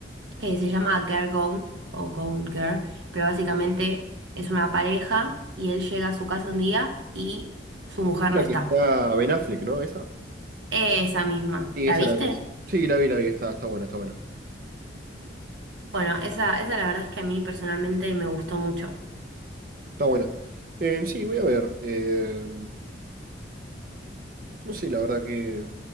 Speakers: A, on the right (about 80°); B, on the right (about 50°).
A: eh, se llama Girl Gone o Gone Girl, pero básicamente es una pareja y él llega a su casa un día y su mujer
B: La
A: no está.
B: que está Ben Affleck, ¿no? ¿Esa?
A: Esa misma.
B: Sí,
A: ¿La
B: esa
A: viste?
B: la vi. Sí, la vi, la vi, está, está buena, está buena.
A: Bueno, esa, esa la verdad es que a mí personalmente me gustó mucho.
B: Está buena. Eh, sí, voy a ver. eh, no sé, la verdad que,